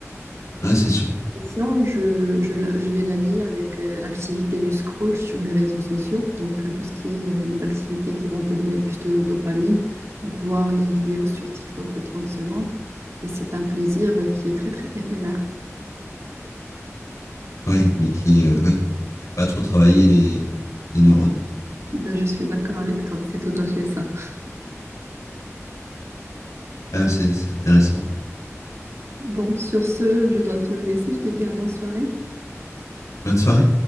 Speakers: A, on the left; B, on the right.
A: Ouais, c'est sûr.
B: question, je, je la- je vais la lier avec euh, l'activité du scroll sur les réseaux sociaux. Donc, euh, tout ce qui est euh, des activités qui vont te donner plus de dopamine. Donc, voir les vidéos sur TikTok de 30 secondes. Et c'est un plaisir euh, qui est très, très éphémère.
A: Oui, mais qui, euh, oui, qui fait pas trop travailler les, les neurones.
B: Ben, je suis d'accord avec toi. C'est tout à fait ça.
A: Ah, c'est c'est intéressant.
B: Bon, sur ce, je dois te laisser. Je te dis à bonne soirée.
A: Bonne soirée.